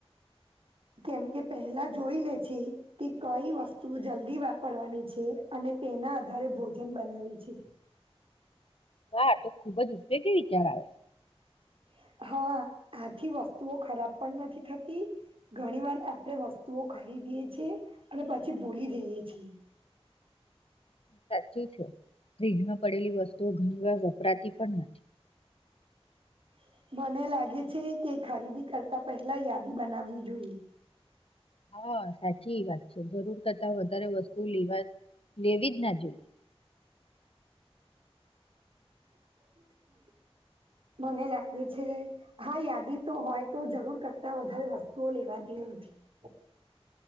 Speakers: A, on the right; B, on the left.
A: કેમ કે પહેલા જોઈ લે છે કે કઈ વસ્તુ જલ્દી વાપરવાની છે અને તેના આધારે ભોજન બનાવી છે.
B: હા તો ખુબ જ ઉપયોગી વિચાર આવે.
A: <inaudible> હા આથી વસ્તુઓ ખરાબ પણ નથી થતી ઘણી વાર આપડે વસ્તુઓ ખરી દીયે છે અને પછી બોલી જઈએ છીએ.
B: સાચું છે ફ્રીજમાં પડેલી વસ્તુઓ ઘણી વાર વપરાતી પણ નથી.
A: <inaudible> મને લાગે છે કે ખરીદી કરતા પહેલા યાદી બનાવવી જોઈએ.
B: હા સાચી વાત છે જરૂર કરતા વધારે વસ્તુ લેવા લેવી જ ના જોઈએ.
A: <inaudible> મને લાગે છે હા યાદી તો હોય તો જરૂર કરતા વધારે વસ્તુઓ લેવાતી નથી. <inaudible>